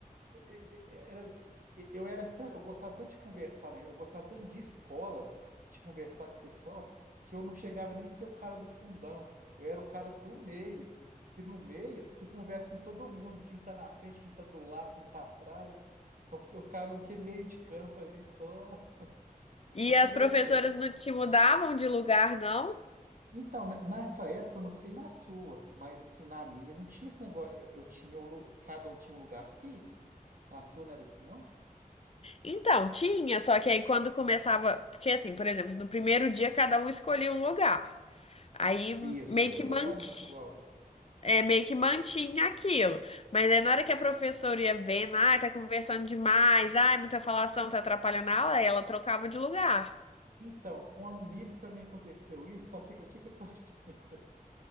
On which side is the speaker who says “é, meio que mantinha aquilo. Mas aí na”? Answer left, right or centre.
Left